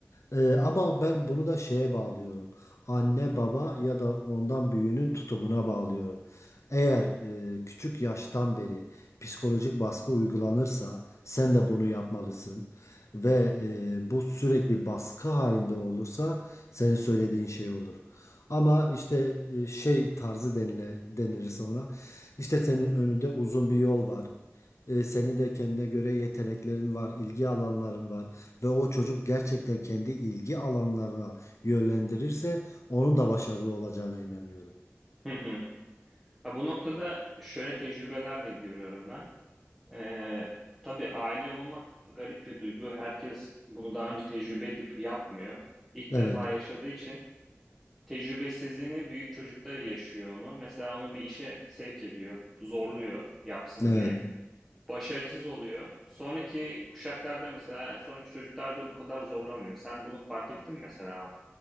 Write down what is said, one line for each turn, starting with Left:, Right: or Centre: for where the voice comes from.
Left: Ee, ama ben bunu da şeye bağlıyorum. Anne baba ya da ondan büyüğünün tutumuna bağlıyorum. Eğer e, küçük yaştan beri psikolojik baskı uygulanırsa sen de bunu yapmalısın. Ve e, bu sürekli baskı halinde olursa senin söylediğin şey olur. Ama işte e, şey tarzı denile, denilirse ona işte senin önünde uzun bir yol var. E, senin de kendine göre yeteneklerin var, ilgi alanların var ve o çocuk gerçekten kendi ilgi alanlarına yönlendirirse onun da başarılı olacağına inanıyorum.
Centre: Hı hı. Ha, bu noktada şöyle tecrübeler de görüyorum ben. Ee, tabii aile olmak garip bir duygu. Herkes bunu daha önce tecrübe edip yapmıyor. İlk
Left: Evet,
Centre: defa yaşadığı için tecrübesizliğini büyük çocukta yaşıyor onu. Mesela onu bir işe sevk ediyor, zorluyor yapsın
Left: evet.
Centre: diye. Başarısız oluyor. Sonraki kuşaklarda mesela, sonraki çocuklarda bu kadar zorlamıyor. Sen bunu fark ettin mi mesela abi?